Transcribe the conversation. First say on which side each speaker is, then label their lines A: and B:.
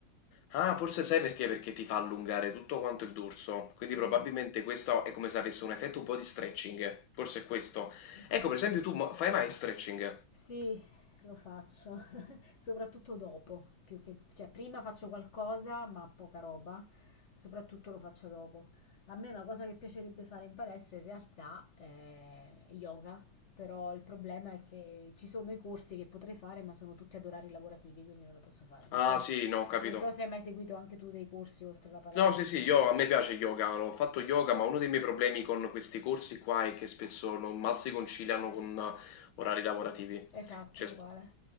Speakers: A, on the left (about 80°); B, on the left (about 60°).
A: Ah, forse sai perché? Perché ti fa allungare tutto quanto il dorso. Quindi
B: eh,
A: probabilmente questo è come se avesse un effetto un po' di stretching. Forse è questo.
B: può
A: Ecco,
B: essere.
A: per esempio, tu mo- fai mai stretching?
B: Sì, lo faccio, <laughs> soprattutto dopo, più che, cioè prima faccio qualcosa, ma poca roba, soprattutto lo faccio dopo. A me una cosa che piacerebbe fare in palestra in realtà è yoga, però il problema è che ci sono i corsi che potrei fare, ma sono tutti ad orari lavorativi, quindi non lo posso fare. Non
A: Ah,
B: so, s-
A: sì, no, ho capito.
B: non so se hai mai seguito anche tu dei corsi oltre la palestra.
A: No, sì, sì, io, a me piace yoga, ho fatto yoga, ma uno dei miei problemi con questi corsi qua è che spesso non mal si conciliano con eh, orari lavorativi.
B: Esatto,
A: Cioè, st-
B: uguale.